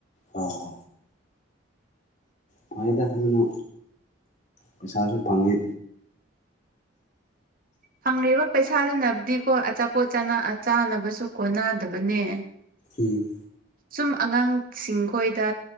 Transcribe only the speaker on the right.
ꯐꯪ꯭ꯂꯤꯕ ꯄꯩꯁꯥꯗꯨꯅꯕꯨꯗꯤꯀꯣ ꯑꯆꯥꯄꯣꯠ ꯆꯥꯟꯅ ꯆꯥꯅꯕꯁꯨ ꯀꯣꯟꯅꯗꯕꯅꯦ
ꯁꯨꯝ ꯑꯉꯥꯡꯁꯤꯡ ꯈꯣꯏꯗ